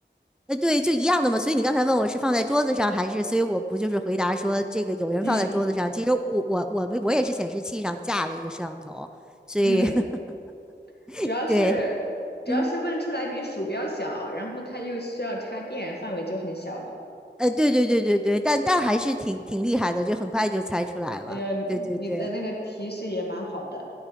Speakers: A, in the centre; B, on the left.
A: 呃，对，就一样的嘛。所以你刚才问我是放在桌子上还是，所以我不就是回答说这个有人放在桌子上。
B: 嗯
A: 其实我我我们我也是显示器上架了一个摄像头，所以
B: 嗯。
A: <laughs>
B: 主要是主要是问出来比鼠标小，
A: 对，嗯，
B: 然后它又需要插电，范围就很小了。
A: 呃，对对对对对，但但还是挺挺厉害的，就很快就猜出来了。
B: 哎呦，你你的那个提示也蛮好的。
A: 对对对，